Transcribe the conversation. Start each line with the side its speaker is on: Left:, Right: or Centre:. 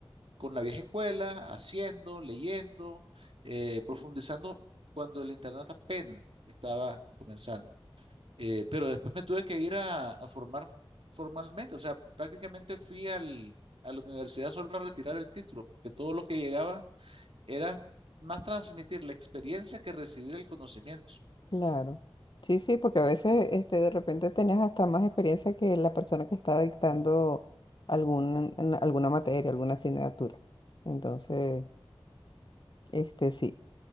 Right: con la vieja escuela, haciendo, leyendo, eh, profundizando cuando el internet apenas estaba comenzando. Eh, pero después me tuve que ir a, a formar formalmente. O sea, prácticamente fui al, a la universidad solo a retirar el título, porque todo lo que llegaba era más transmitir la experiencia que recibir el conocimiento,
Left: claro. Sí, sí, porque a veces este, de repente tenías hasta más experiencia que la persona que estaba dictando algún, en alguna materia, alguna asignatura. Entonces, este sí,